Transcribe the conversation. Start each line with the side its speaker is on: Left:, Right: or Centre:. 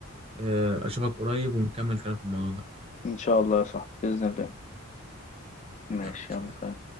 Right: آه، أشوفك قريب ونكمل كلام في الموضوع ده
Left: ان شاء الله يا صاحبي باذن الله ماشي
Right: يلا سلام
Left: يلا سلام.